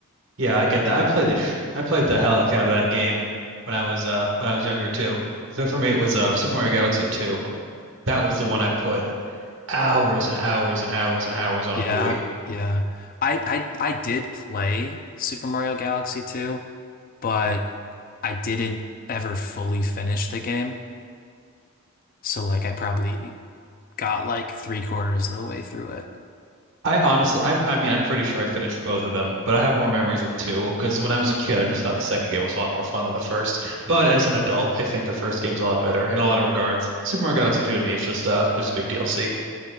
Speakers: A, on the right; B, on the left.
A: Yeah, I get that. I played the shit. I played the hell out of that game when I was uh when I was younger too. So for me, it was uh Super Mario Galaxy 2. That was the one I put hours and hours and hours and hours on
B: Yeah,
A: on the Wii.
B: yeah. I I I did play Super Mario Galaxy 2. but I didn't ever fully finish the game. So like I probably got like three quarters of the way through it.
A: I honestly, I I mean, I'm pretty sure I finished both of them, but I have more memories with two because when I was a kid, I just thought the second game was a lot more fun than the first. But as an adult, I think the first game's a lot better in a lot of regards. Super Mario Galaxy 2 to me is just uh just a big DLC.